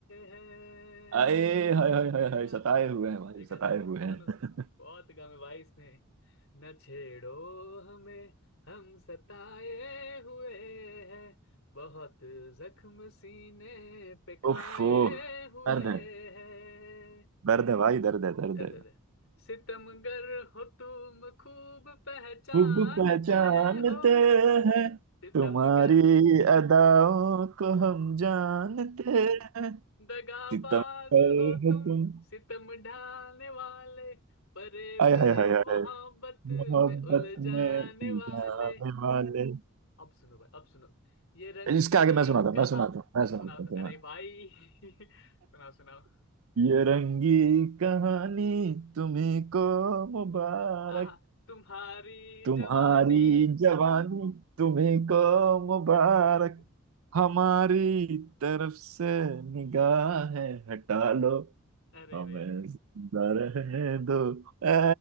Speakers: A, on the left; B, on the right.
A: हैं
B: आए हाय हाय हाय हाय
A: आह,
B: सताए हुए हैं भाई
A: देखा
B: सताए
A: देखा
B: हुए हैं
A: सुनो बहुत गम है भाई इसमें न छेड़ो हमें हम सताए हुए हैं बहुत जख्म सीने पे खाए
B: उफ उफ,
A: हुए
B: दर्द है
A: हैं
B: दर्द है भाई दर्द है दर्द
A: दर्द
B: है
A: दर्द सितमगर हो तुम खूब पहचानते
B: खूब पहचानते
A: हो
B: हैं
A: सितमगर
B: तुम्हारी अदाओं को हम जानते हैं
A: दगाबाज
B: सितम पर
A: हो
B: हो
A: तुम
B: तुम
A: सितम ढाने वाले बरे
B: आय
A: बे
B: हाय हाय हाय
A: मोहब्बत
B: मोहब्बत
A: में उलझाने
B: में उलझाने
A: वाले
B: वाले
A: अब सुनो भाई अब सुनो ये रंगी
B: इसका आगे मैं सुनाता हूँ
A: कहाँ
B: मैं सुनाता हूँ मैं सुनाता
A: सुनाओ
B: हूँ तुम्हें
A: अरे भाई <laughs> सुनाओ सुनाओ
B: ये रंगी कहानी तुम्हें को मुबारक
A: आहा तुम्हारी
B: तुम्हारी
A: जवानी
B: जवानी तुम्हें को मुबारक
A: बिल्कुल
B: हमारी तरफ से निगाहें हटा लो
A: अरे
B: हमें
A: रे रे
B: जिंदा रहने दो ए